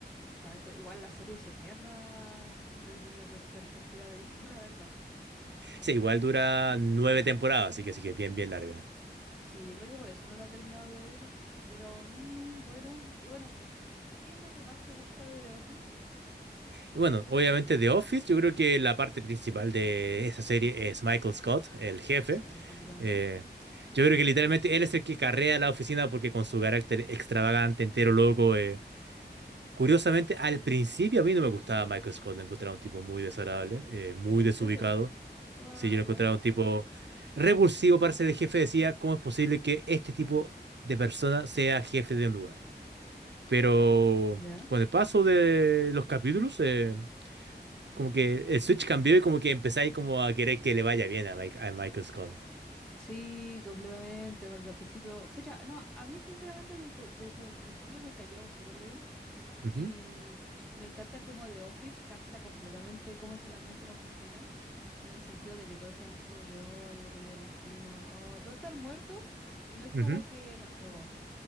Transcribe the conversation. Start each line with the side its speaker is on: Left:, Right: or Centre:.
Centre: Exacto. Igual la serie es eterna desde mi per- perspectiva de vista, <laughs> la verdad. On-
Right: Sí, igual dura nueve temporadas, así que así que bien, bien larga.
Centre: Sí, yo creo que por eso no la he terminado de ver. Pero mm, bueno, y bueno, ¿qué es lo que más te gusta de The Office?
Right: Y bueno, obviamente de Office, yo creo que la parte principal de esa serie es Michael Scott, el jefe.
Centre: Sí, completamente.
Right: Eh, yo creo que literalmente él es el que carrea la oficina porque con su carácter extravagante, entero, loco, eh, Curiosamente, al principio a mí no me gustaba Michael Scott, lo encontraba un tipo muy desagradable, eh, muy
Centre: ¿En
Right: desubicado.
Centre: serio? Guau,
Right: Sí, yo lo
Centre: ya.
Right: encontraba un tipo repulsivo para ser el jefe. Decía, ¿cómo es posible que este tipo de persona sea jefe de un lugar? Pero
Centre: ¿Ya?
Right: con el paso de los capítulos, eh, como que el switch cambió y como que empezáis como a querer que le vaya bien a, Mike- a Michael Scott.
Centre: Sí, completamente, porque al principio, pucha, no, a mí sinceramente desde, desde el principio me cayó súper bien. Y
Right: Ujú,
Centre: me encanta cómo The Office capta completamente cómo es el ambiente en oficina, en el sentido de que todos están así como que, hoy otro día en la oficina, oh, todos están muertos y no es como
Right: ujú,
Centre: que, no sé, vos.